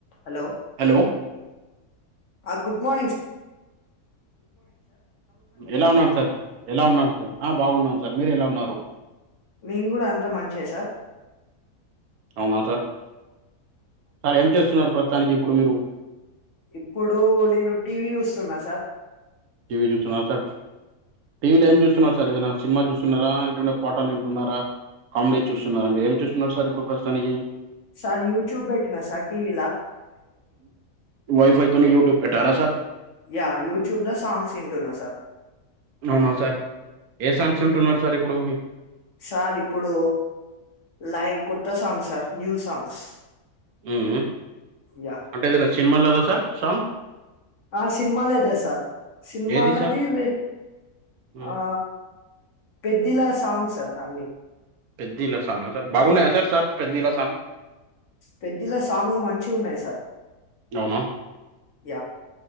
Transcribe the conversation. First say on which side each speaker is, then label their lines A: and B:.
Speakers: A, on the left; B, on the right.
A: హలో
B: హలో
A: ఆ గుడ్ మార్నింగ్ స్
B: ఎలా ఉన్నాడు సార్ ఎలా ఉన్నాడు సార్ ఆ బాగున్నాం సార్ మీరు ఎలా ఉన్నారు
A: నేన్ కూడా అంతా మంచే సార్
B: అవునా సార్ సార్ ఏం చేస్తున్నారు ప్రస్తుతానికి ఇప్పుడు మీరు
A: ఇప్పుడు నేను టీవీ చూస్తున్నా సార్
B: టీవీ చూతున్నారా సార్ టీవీలో ఏం చూస్తున్నారు సార్ ఏదైనా సినిమా చూస్తున్నారా లే లేకుంట పాటాలు వింటున్నరా కామెడీ చూస్తున్నన్నార ఏం చూస్తున్నారు సార్ ఇప్పుడు ప్రస్తుతానికి
A: సార్ యూట్యూబ్ పెట్టినా సార్ టీవీ లా
B: వయి ఫైతోని యూట్యూబ్ పెట్టారా సార్
A: యా యూట్యూబ్లో సాంగ్స్ ఇంటూన్నా సార్
B: అవునా సార్ ఏ సాంగ్స్ వింటున్నారు సార్ ఇప్పుడు
A: సార్ ఇప్పుడు లైవ్ కొత్త సాంగ్ సార్ న్యూ సాంగ్స్
B: మ్
A: యా
B: అంటే ఏదైనా సినిమా లేదా సార్ సాంగ్
A: ఆ సినిమాలోదే సార్ సినిమాలది
B: ఏది సార్
A: విట్
B: ఉమ్,
A: ఆ పెద్దిలా సాంగ్స్ సార్ అన్ని
B: పెద్దీలా సాంగ సార్ బగున్నాయా సార్ సార్ పెద్దీ లా సాంగ్
A: పెద్దిల సాంగ్లు మంచిగున్నాయి సార్
B: అవునా
A: యా